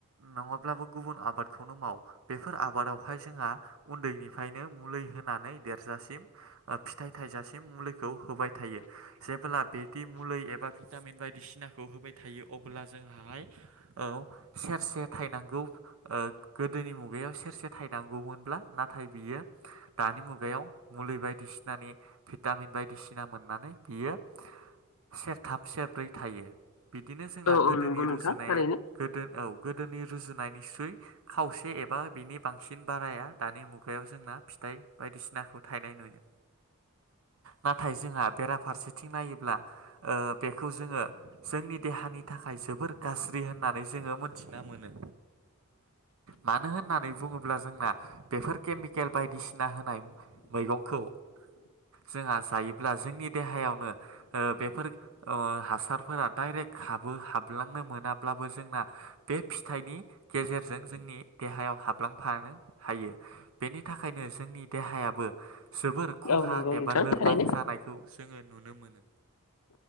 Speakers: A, on the right; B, on the left.
A: नङाब्लाबो गुबुन आबादखौनो माव। बेफोर आबादावहाय जोंहा उन्दैनिफ्रायनो मुलि होनानै देरजासिम ओ फिथाइ। थाइजासिम मुलिखौ होबाय थायो जेबोला बेदि मुलै एबा भिटामिन बायदिसिनाखौ हो बाय थायो अबोला जोंहाहाय औ सेरसे थायनांगौ ओ गो दोनि मुगायाव सेरसे थायनांगौमोनब्ला नाथाय बियो दानि मुगायाव मुलि बायदिसिना नि भिटामिन बायदिसिना मोननानै बियो। सेरथाम सेरब्रै थायो। बिदिनो जोंना
B: औ
A: गोदोनि
B: औ नंगौ नोंथां
A: रुजुनाया
B: थारैनो
A: गोदो औ गोदोनि रुजुनायनिस्रुइ खावसे से एबा बेनि बिनि बांसिन बाराया दानि मुगायाव जोंना फिथाइ बायदिसिनाखौ थायनाय नुयो। नाथाय जोंहा बेराफारसेथिं नायोब्ला ओ बेखौ जोङो जों नि देहानि थाखाय जोबोर गाज्रि होननानै जोङो मोनथिना मोनो। मानो होननानै बुङोब्ला जोंना बेफोर केमिकेल बायदिसिना होनाय मैगंखौ जोंहा जायोब्ला जोंनि देहायावनो ओ बेफोर अ' हासारफोरा डाइरेक्ट हाबो हाबलांनो मोनाब्लाबो जोंना बे फिथाइनि गेजेरजों जोंनि देहायाव हाबलांफानो हायो बेनि थाखायनो जोंनि देहायाबो । जोबोर खहा
B: औ नंगौ
A: एबा
B: नोंथां
A: लोरबां
B: थारैनो
A: जानायखौ जोङो नुनो मोनो।